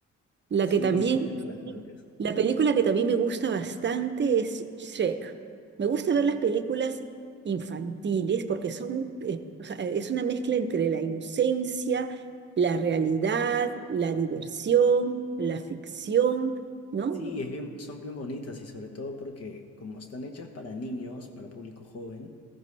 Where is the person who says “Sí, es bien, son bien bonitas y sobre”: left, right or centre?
Left